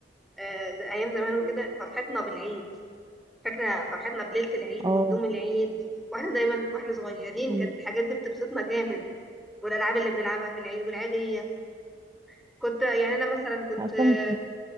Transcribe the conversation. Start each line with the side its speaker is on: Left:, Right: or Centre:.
Centre: آه، زي ايام زمان وكده فرحتنا بالعيد فاكرة فرحتنا بليلة العيد
Right: اه
Centre: وهدوم العيد واحنا دايما واحنا صغيرين
Right: أمم.
Centre: كانت الحاجات دي بتبسطنا جامد والألعاب اللي بنلعبها في العيد والعيدية كنت يعني أنا مثلا كنت
Right: أصلا
Centre: آه،